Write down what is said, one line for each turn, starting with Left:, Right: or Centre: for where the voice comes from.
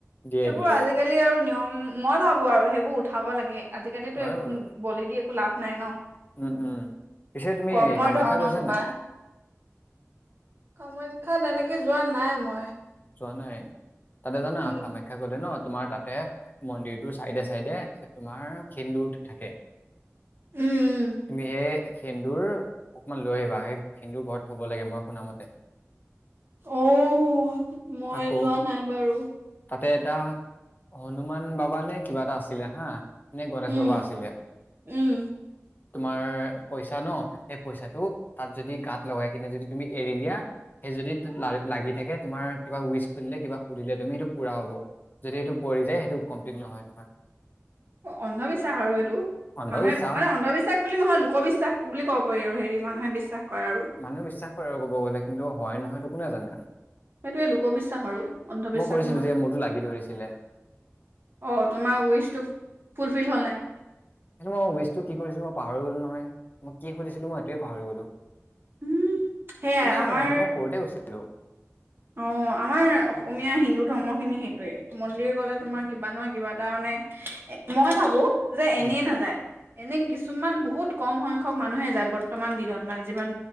Left: দিয়ে
Right: এইবোৰ
Left: দিয়ে
Right: আজিকালি আৰু নিয়ম মই ভাবো আৰু সেইবোৰ উঠাব লাগে আজিকালি
Left: হয়
Right: টো একো
Left: বাৰু
Right: বলি দি একো লাভ নাই ন
Left: উম উম পিছে তুমি
Right: কৰ্মই
Left: কামাখ্যা
Right: ধৰ্ম
Left: গৈছা
Right: তোমাৰ
Left: নাই
Right: কামাখ্যাত এনেকে যোৱা নাই মই
Left: যোৱা নাই তাতে জানা
Right: উম
Left: কামাখ্যা গ'লে ন তোমাৰ তাতে মন্দিৰটোৰ চাইডে চাইডে তোমাৰ সেন্দুৰ থাকে
Right: উম
Left: তুমি হে সেন্দুৰ অকমান লৈ আহিবা সেই সেন্দুৰ ঘৰত থব লাগে মই শুনা মতে
Right: অঁ মই
Left: আকৌ
Right: যোৱা নাই বাৰু
Left: তাতে এটা হনুমান বাবা নে কিবা এটা আছিলে হা নে গণেশ
Right: উম
Left: বাবা আছিলে
Right: উম
Left: তোমাৰ পইচা ন সেই পইচাটো তাত যদি গাত লগাই কিনে যদি তুমি এৰি দিয়া সেই যদি লা লাগি থাকে তোমাৰ কিবা উৱিছ সুধিলে কিবা সুধিলে তুমি এইটো পুৰা হ'ব যদি এইটো পৰি যায় সেইটো কমপ্লিট নহয় তোমাৰ <inaudible>
Right: অন্ধবিশ্বাস আৰু এইটো
Left: অন্ধবিশ্বাস
Right: মানুহে মানে অন্ধবিশ্বাস বুলি নহয় লোকবিশ্বাস বুলি ক'ব পাৰি আৰু হেৰি মানুহে বিশ্বাস কৰে আৰু
Left: মানুহে বিশ্বাস কৰে আৰু কব গ'লে কিন্তু হয় নহয় কোনে জানে আৰু
Right: সেইটোৱে আৰু লোকবিশ্বাস আৰু অন্ধবিশ্বাস
Left: মই কৰিছিলোঁ
Right: নহয়।
Left: যে মোৰতো লাগি ধৰিছিলে
Right: অ তোমাৰ ৱেইছটো ফুলফিল হ'ল নাই
Left: কিন্তু মই ৱেচটো কি কৰিছিলো মই পাহৰি গলো নহয় মই কি সুছিলো মই এইটোয়ে পাহৰি গলো
Right: উম সেয়াই
Left: কোনে
Right: আমাৰ
Left: মনত ৰাখে মই সৰুতে গৈছিলো
Right: অ আমাৰ অসমীয়া হিন্দু ধৰ্ম খিনি সেইটোৱে মন্দিৰ গ'লে তোমাৰ কিবা নহয় কিবা এটা মানে মই ভাবো যে এনে‌ই
Left: উম,
Right: নাযায় এনে কিছুমান বহুত কম সংখ্যক মানুহে যায় বৰ্তমান দিনত মানে যিমান